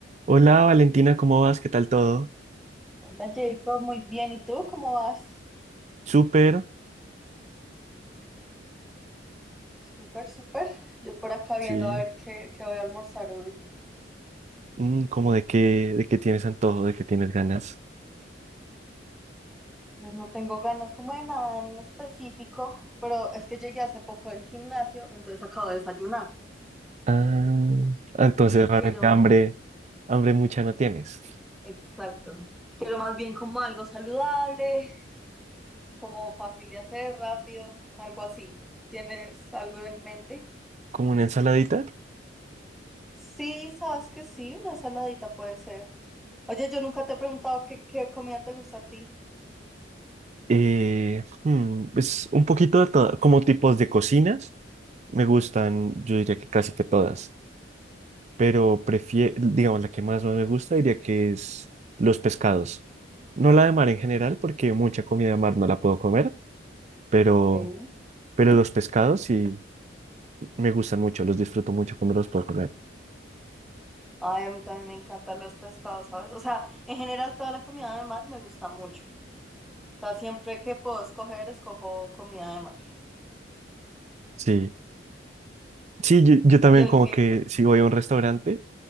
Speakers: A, on the right; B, in the centre.
A: Hola Valentina, ¿cómo vas? ¿Qué tal todo?
B: Hola Jacob, muy bien. ¿Y tú cómo vas?
A: Súper,
B: Súper, súper. Yo por acá viendo
A: sí.
B: a ver qué, qué voy a almorzar hoy.
A: Mm, ¿Cómo de qué, de qué tienes antojo, de qué tienes ganas?
B: Pues no tengo ganas como de nada en específico, pero es que llegué hace poco del gimnasio, entonces acabo de desayunar.
A: Ah, entonces
B: Y
A: realmente
B: quiero,
A: hambre, hambre mucha no tienes.
B: exacto, quiero más bien como algo saludable, como fácil de hacer, rápido, algo así. ¿Tienes algo en mente?
A: Como una ensaladita,
B: Sí, sabes que sí, una ensaladita puede ser. Oye, yo nunca te he preguntado qué, qué comida te gusta a ti.
A: eh, mm, pues un poquito de todo, como tipos de cocinas, me gustan, yo diría que casi que todas, pero prefiero, digamos, la que más, más me gusta diría que es los pescados. No la de mar en general, porque mucha comida de mar no la puedo comer, pero,
B: Ok.
A: pero los pescados sí, me gustan mucho, los disfruto mucho cuando los puedo comer.
B: Ay, a mí también me encantan los pescados, ¿sabes? O sea, en general toda la comida de mar me gusta mucho. O sea, siempre que puedo escoger, escojo comida de mar.
A: Sí, sí, yo, yo también
B: Y hoy
A: como
B: que,
A: que si voy a un restaurante,